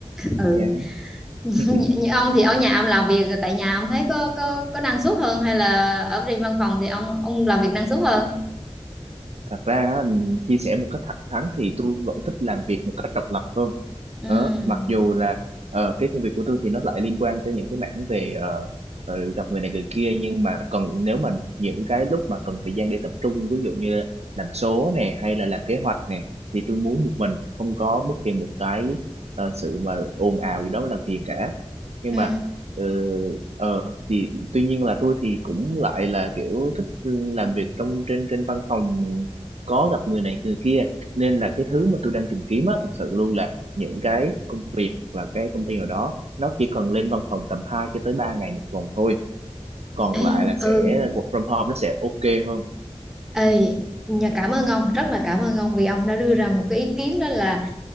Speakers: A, in the centre; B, on the right.
A: ừ
B: chán
A: <laughs>
B: <laughs>
A: như ông thì ở nhà ông làm việc tại nhà ông thấy có có có năng suất hơn hay là ở trên văn phòng thì ông ông làm việc năng suất hơn
B: thật ra á, chia sẻ một cách thẳng thắn thì tôi vẫn thích làm việc một cách độc lập hơn
A: ừ
B: đó. mặc dù là ờ, cái công việc của tôi thì nó lại liên quan tới những cái mảng về ờ, ờ, gặp người này người kia nhưng mà cần nếu mà những cái lúc mà cần thời gian để tập trung ví dụ như làm số nè hay là làm kế hoạch nè thì tôi muốn một mình không có bất kỳ một cái ờ, sự mà ồn ào gì đó làm phiền cả nhưng
A: ừ
B: mà ờ, ờ, thì tuy nhiên là tôi thì cũng lại là kiểu thích làm việc trong trên trên văn phòng có gặp người này người kia nên là cái thứ mà tôi đang tìm kiếm á thật sự luôn là những cái công việc là cái công ty nào đó nó chỉ cần lên văn phòng tầm 2 cho tới 3 ngày một tuần thôi còn
A: Ê,
B: lại là sẽ
A: ừ
B: work from home nó sẽ ok hơn
A: Ê, nhà cảm ơn ông rất là cảm ơn ông vì ông đã đưa ra một cái ý kiến đó là